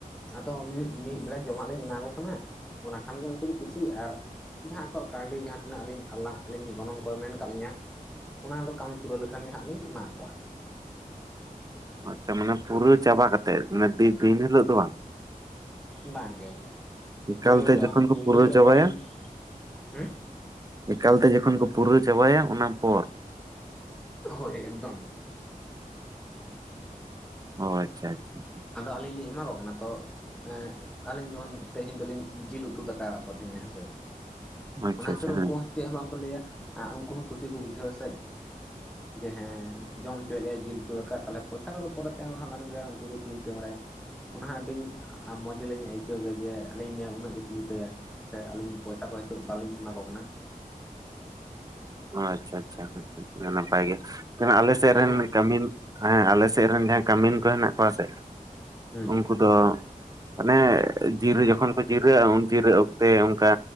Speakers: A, in the centre; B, on the right (about 25°).
A: ᱟ ᱫᱚ ᱢᱤᱫ ᱵᱮᱲᱟ ᱡᱚᱢᱟᱜ ᱞᱤᱧ ᱮᱢᱟ ᱠᱚ ᱠᱟᱱᱟ, ᱚᱱᱟ ᱠᱷᱟᱱ ᱜᱮ ᱩᱱᱠᱩ ᱫᱚ ᱠᱩᱥᱤ ᱟᱨ ᱡᱟᱸᱦᱟᱸ ᱟᱠᱚᱣᱟᱜ ᱠᱟᱹᱣᱰᱤ ᱡᱟᱸᱦᱟᱸ ᱛᱤᱱᱟᱹᱜ ᱟᱹᱞᱤᱧ ᱟᱞᱟᱝ ᱟᱹᱞᱤᱧ ᱜᱚᱱᱚᱝ ᱠᱚ ᱢᱮᱱ ᱟᱠᱟᱫ ᱞᱤᱧᱟ᱾ ᱚᱱᱟ ᱫᱚ ᱠᱟᱹᱢᱤ ᱯᱩᱨᱟᱹᱣ ᱞᱮᱠᱷᱟᱱ ᱜᱮ ᱦᱟᱸᱜ ᱞᱤᱧ ᱮᱢᱟ ᱠᱚᱣᱟ᱾
B: ᱟᱪᱪᱷᱟ ᱢᱟᱱᱮ ᱯᱩᱨᱟᱹ ᱪᱟᱵᱟ ᱠᱟᱛᱮᱜ ᱢᱟᱱᱮ ᱫᱤᱱ ᱫᱤᱱ ᱦᱤᱞᱳ ᱫᱚ ᱵᱟᱝ᱾
A: ᱵᱟᱝ ᱜᱮ
B: ᱮᱠᱟᱞᱛᱮ
A: ᱯᱳᱭᱞᱩ ᱨᱮᱫᱚ
B: ᱡᱚᱠᱷᱚᱱ
A: ᱵᱟᱝ
B: ᱠᱚ
A: ᱯᱩᱭᱞᱩ
B: ᱯᱩᱨᱟᱹᱣ
A: ᱦᱤᱞᱳ
B: ᱪᱟᱵᱟᱭᱟ
A: ᱫᱚ ᱟᱹᱞᱤᱧ ᱦᱮᱸ᱾
B: ᱮᱠᱟᱞ ᱛᱮ ᱡᱚᱠᱷᱚᱱ ᱠᱚ ᱯᱩᱨᱟᱹᱣ ᱪᱟᱵᱟᱭᱟ ᱚᱱᱟ ᱯᱚᱨ᱾
A: ᱦᱳᱭ ᱮᱠᱫᱚᱢ᱾
B: ᱚ ᱟᱪᱪᱷᱟ ᱟᱪᱪᱷᱟ᱾
A: ᱟᱫᱚ ᱟᱹᱞᱤᱧ ᱞᱤᱧ ᱮᱢᱟ ᱠᱚ ᱠᱟᱱᱟ ᱛᱚ᱾ ᱮᱸ ᱟᱹᱞᱤᱧ ᱡᱮᱢᱚᱱ ᱛᱮᱦᱮᱧ ᱫᱚᱞᱤᱧ ᱡᱤᱞ ᱩᱛᱩ ᱫᱟᱠᱟᱫ ᱠᱚ ᱛᱟᱦᱮᱸᱱᱟ ᱦᱮᱸᱥᱮ᱾
B: ᱟᱪᱪᱷᱟ ᱟᱪᱪᱷᱟ
A: ᱚᱱᱟ ᱠᱷᱟᱹᱛᱤᱨ
B: ᱟᱪᱪᱷᱟ
A: ᱩᱱᱠᱩ
B: ᱦᱮᱸ
A: ᱦᱚᱸ ᱪᱮᱫ ᱦᱚᱸ ᱵᱟᱝ ᱠᱚ ᱞᱟᱹᱭᱟ, ᱩᱱᱠᱩ ᱦᱚᱸ ᱠᱩᱥᱤ ᱠᱚ ᱵᱩᱡᱷᱟᱹᱣᱟ ᱥᱮ᱾ ᱡᱮ ᱦᱮᱸ ᱡᱚᱢ ᱦᱚᱪᱚᱭᱮᱫ ᱞᱮᱭᱟ ᱡᱤᱞ ᱩᱛᱩᱫ ᱫᱟᱠᱟ, ᱛᱟᱦᱞᱮ ᱯᱚᱭᱥᱟ ᱠᱚᱫᱚ ᱯᱚᱨᱮ ᱛᱮ ᱮᱢ ᱨᱮᱦᱚᱸ ᱜᱟᱱᱚᱜ ᱜᱮᱭᱟ ᱩᱱᱠᱩ ᱠᱚ ᱪᱤᱱ <inaudible> ᱵᱟᱲᱟᱭᱟ, ᱚᱱᱟ ᱦᱚᱸ ᱟᱹᱰᱤ ᱢᱚᱡᱽ ᱞᱤᱧ ᱟᱹᱭᱠᱟᱹᱣ ᱜᱮᱭᱟ ᱡᱮ ᱟᱹᱞᱤᱧ ᱱᱤᱭᱟᱹ ᱩᱱᱟᱹᱜ ᱠᱚ ᱪᱤᱱᱛᱟᱹᱭᱟ᱾ ᱦᱮᱸ ᱥᱮ ᱟᱹᱞᱤᱧ ᱯᱚᱭᱥᱟ ᱠᱚ ᱱᱤᱛᱚᱜ ᱵᱟᱞᱤᱧ ᱮᱢᱟ ᱠᱚ ᱠᱟᱱᱟ᱾
B: ᱚ ᱟᱪᱪᱷᱟ ᱟᱪᱪᱷᱟ ᱱᱟᱯᱟᱭ ᱜᱮ, ᱟᱞᱮ ᱥᱮᱫ
A: ᱛᱟᱦᱚᱞᱮ
B: ᱨᱮᱱ
A: ᱜᱚᱝᱠᱮ
B: ᱠᱟᱹᱢᱤᱱ ᱦᱮᱸ ᱟᱞᱮ ᱥᱮᱫ ᱨᱮᱱ ᱡᱟᱸᱦᱟᱸᱭ ᱠᱟᱹᱢᱤᱱ ᱠᱚ ᱦᱮᱱᱟᱜ ᱠᱚᱣᱟ ᱥᱮ
A: ᱦᱮᱸ
B: ᱩᱱᱠᱩ ᱫᱚ ᱢᱟᱱᱮ ᱡᱤᱨᱟᱹ ᱡᱚᱠᱷᱚᱱ ᱠᱚ ᱡᱤᱨᱟᱹᱜᱼᱟ ᱩᱱ ᱡᱤᱨᱟᱹᱜ ᱚᱠᱛᱮ ᱚᱱᱠᱟ᱾